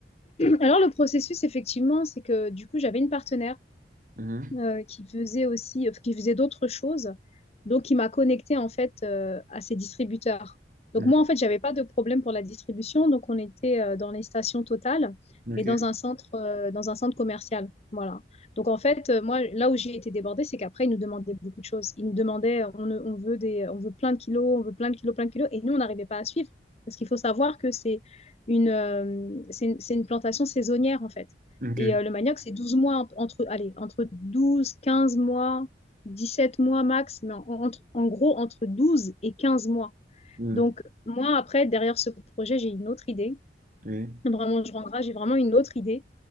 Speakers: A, on the left; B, on the right.
A: Alors, le processus, effectivement, c'est que du coup, j'avais une partenaire.
B: Mhm.
A: euh, qui faisait aussi, euh, qui faisait d'autres choses. Donc, il m'a connectée en fait euh, à ces distributeurs. Donc,
B: Mhm.
A: moi, en fait, j'avais pas de problème pour la distribution. Donc, on était euh, dans les stations Total
B: Ok.
A: et dans un centre, euh, dans un centre commercial. Voilà. Donc, en fait, euh, moi, là où j'ai été débordée, c'est qu'après, ils nous demandaient beaucoup de choses. Ils nous demandaient, euh, on, on veut des, on veut plein de kilos, on veut plein de kilos, plein de kilos. Et nous, on n'arrivait pas à suivre. Parce qu'il faut savoir que c'est une, euh, c'est une, c'est une plantation saisonnière, en fait.
B: Ok.
A: Et euh, le manioc, c'est 12 mois, entre, allez, entre 12, 15 mois, 17 mois max, mais en, entre- en gros, entre 12 et 15 mois.
B: Mhm.
A: Donc, moi, après, derrière ce projet, j'ai une autre idée.
B: Oui.
A: Vraiment, je rendrai, j'ai vraiment une autre idée.